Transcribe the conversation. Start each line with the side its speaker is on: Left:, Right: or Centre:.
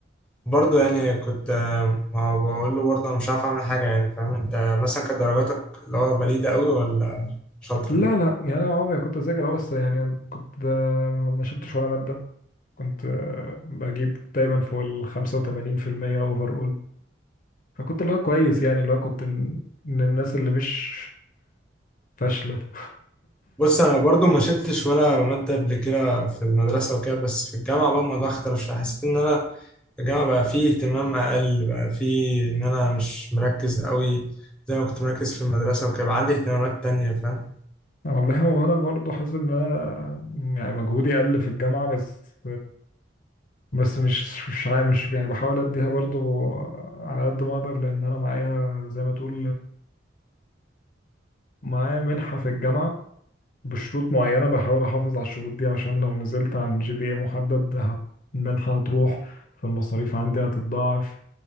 Centre: برضه يعني كنت آه، ما بقول له برضه أنا مش عارف أعمل حاجة يعني فاهم أنت مثلا كانت درجاتك اللي هو بليدة أوي ولا شاطرة؟
Left: لا لا يعني انا عمري ما كنت اذاكر أه، بس يعني أنا كنت ده ما شلتش ولا ماده كنت آه، بجيب دايما فوق ال 85% اوفر فكنت اللي هو كويس يعني اللي هو كنت من من الناس اللي مش فاشلة <laughs>
Centre: بص أنا برضه ما شلتش ولا مادة قبل كده في المدرسة وكده بس في الجامعة بقى الموضوع اختلف شوية حسيت إن أنا في الجامعة بقى فيه اهتمام أقل بقى فيه إن أنا مش مركز أوي زي ما كنت مركز في المدرسة وكده بقى عندي اهتمامات تانية فاهم؟
Left: آه، والله هو انا برضو حاسس ان انا يعني مجهودي قل في الجامعه بس بس مش مش عا- مش يعني بحاول اديها برضو على قد ما اقدر لان انا معايا زي ما تقول معايا منحه في الجامعه بشروط معينه بحاول احافظ على الشروط دي عشان لو نزلت عن جي بي اي محدد هت- المنحه هتروح فالمصاريف عندي هتتضاعف